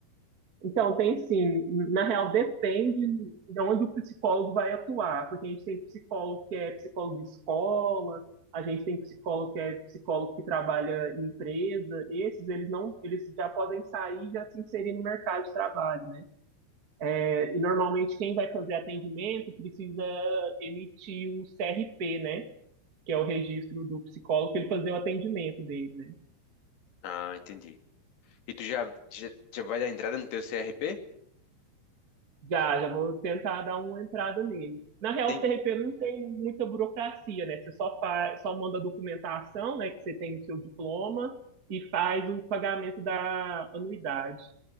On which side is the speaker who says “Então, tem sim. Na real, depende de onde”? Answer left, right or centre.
Right